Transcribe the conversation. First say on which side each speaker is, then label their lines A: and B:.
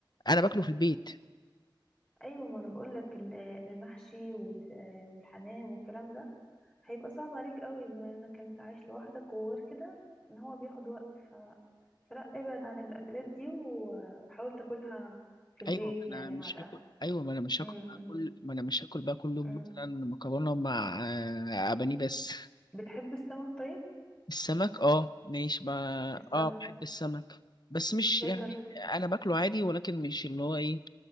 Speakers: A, on the left; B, on the left.
A: انا باكله في البيت
B: ايوه ما انا بقول لك المحشي وال- آه، والحمام والكلام ده هيبقى صعب عليك قوي بما انك انت عايش لوحدك وغير كده ان هو بياخد وقت ف... فلا ابعد عن الاكلات دي و... وحاول تاكلها في البيت
A: ايوه ما
B: يعني
A: انا مش
B: مع الاهل
A: هاكل ايوه ما انا مش
B: م
A: هاكل
B: -م
A: هاكل ما انا مش هاكل بقى كل يوم
B: -م.
A: مثلا مكرونه مع آه، بانيه بس
B: بتحب السمك طيب
A: السمك اه ماشي ما
B: السمك
A: اه بحب السمك بس مش
B: تقدر
A: يعني انا باكله عادي ولكن مش اللي هو ايه